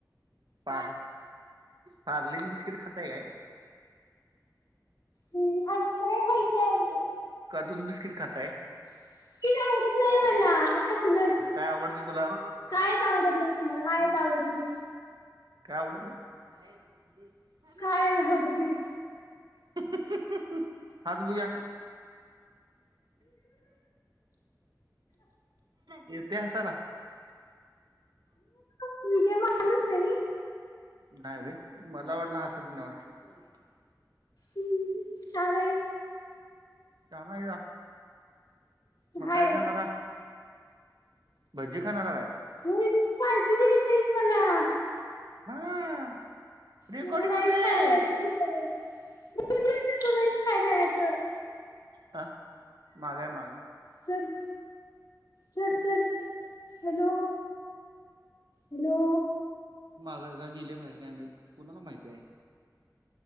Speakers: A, on the right; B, on the left.
A: पा पार्ले जी बिस्कीट खाताय काय?
B: हम्म. असलं काय <unintelligible>
A: का दूध बिस्किट खाताय?
B: की आवडत नाही मला कसलच
A: मग काय आवडते तुला
B: काय च आवडत नाही? मला हेच आवडत नाही?
A: काय आवडत नाही? <inaudible> अहं
B: कायच आवडत नाही
A: अहं हसं बघूया येतय हसायला?
B: मी काय माणूस नाही?
A: नाय व्हय मला वाटलं हसायला येत नाही वाढत. कोण ये?
B: हम्म. चार हाईस.
A: शान हैसा मग
B: आहेस
A: काय खाणार? भजी खाणारा काय?
B: व्हय. पार्टी द्यायच हाईस मला.
A: हा. रेकॉर्डिंग
B: मला राईस
A: हुतय.
B: खायला जायचं तुला राईस खायला जायचं
A: आ माग हाय माग.
B: सर स सर हॅलो. हॅलो.
A: माग का गेल्या बाहेर काय माहित कुणाला माहिती हाय?